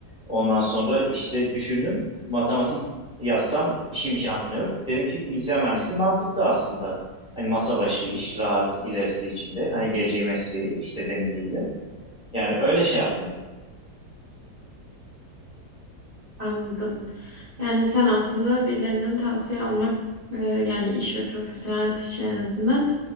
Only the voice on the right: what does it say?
Anladım. Yani sen aslında birilerinden tavsiye almak e, yani iş ve profesyonel hayat en azından